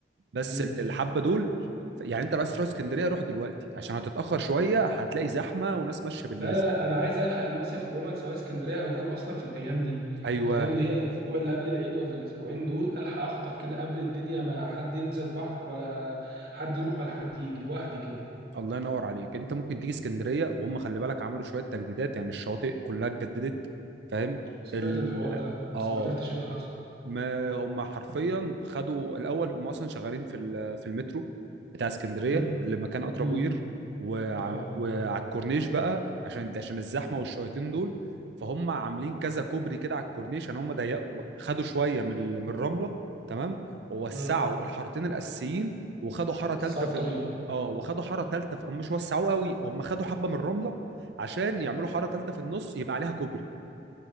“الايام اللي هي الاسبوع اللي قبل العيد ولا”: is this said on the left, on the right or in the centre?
Right